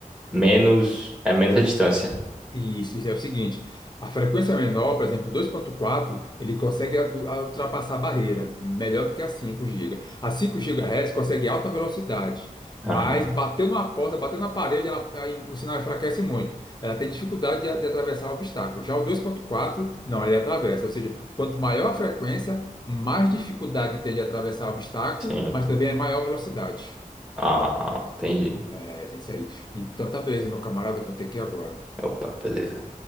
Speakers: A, in the centre; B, on the left.
A: menos, é menos a distância.
B: E isso, isso é o seguinte, a frequência menor, por exemplo, dois ponto quatro, ele consegue a- a- ultrapassar a barreira, melhor do que a 5 GB. A 5 GHz consegue alta velocidade, mas
A: Aham,
B: batendo na porta, batendo na parede, ela, aí o sinal enfraquece muito. Ela tem dificuldade de, a- de atravessar o obstáculo. Já o dois ponto quatro, não, ele atravessa. Ou seja, quanto maior a frequência, mais dificuldade tem de atravessar o obstáculo,
A: sim.
B: mas também é maior velocidade.
A: Ah, entendi.
B: É, tem isso aí. Então, tá beleza, meu camarada, eu vou ter que ir agora.
A: Opa, beleza.